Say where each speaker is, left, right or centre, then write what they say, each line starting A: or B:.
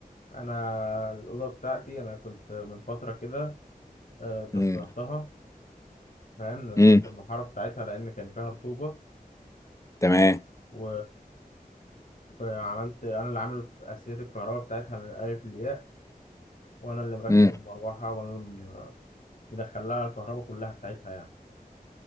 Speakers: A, on the left; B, on the left.
A: انا الاوضه بتاعتي انا كنت من فتره كده آه، كسرتها
B: امم
A: فاهم نزلت
B: امم
A: المحارة بتاعتها لأن كان فيها رطوبة
B: تمام
A: و... وعملت أنا اللي عامل أساسيات الكهرباء بتاعتها من الألف للياء وأنا اللي مركب
B: امم
A: المروحة وأنا اللي مدخل لها الكهرباء كلها بتاعتها يعني